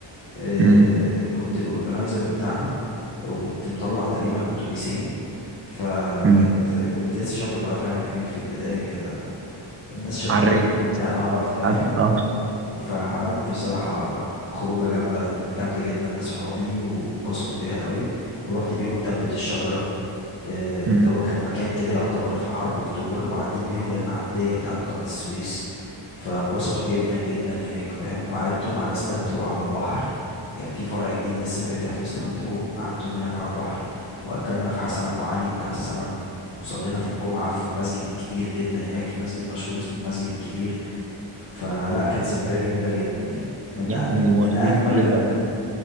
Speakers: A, on the left; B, on the right.
A: آه،
B: امم
A: كنت الأورجنايزر بتاعها وكنت مطلع تقريبا أتوبيسين فكانت
B: امم
A: كنت لسه شاب بقى فاهم ايه في البداية كده الناس شجعتني
B: على الرايق لسه
A: وبتاع اه فاهم
B: عارف؟ اه
A: فعملت بصراحة خروجة جاملة جامدة جدا لصحابي واتبسطوا بيها قوي ورحت بيهم تبت الشجرة آه،
B: امم
A: اللي هو كان مكان كده يعتبر في حرب اكتوبر وعديت بيهم المعدية بتاعت قناة السويس فاتبسطوا جدا جدا هناك فاهم وقعدتهم على سلانترو على البحر كان في فرع جديد لسه فاتح في سلانترو قعدتهم هناك على البحر واكلنا في حسن ابو علي بتاع السمك وصلينا في الجمعة في المسجد الكبير جدا هناك في مسجد مشهور اسمه المسجد الكبير فلا كانت سفرية جميلة جدا يعني من
B: يعني
A: أ- من
B: واخدين
A: من اجمل
B: فيها
A: ال